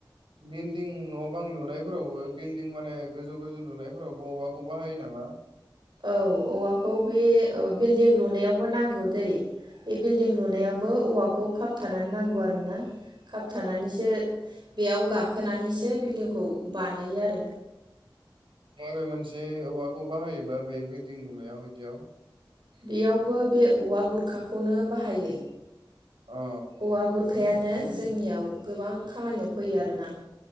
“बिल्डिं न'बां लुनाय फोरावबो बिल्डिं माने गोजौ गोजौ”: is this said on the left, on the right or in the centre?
Right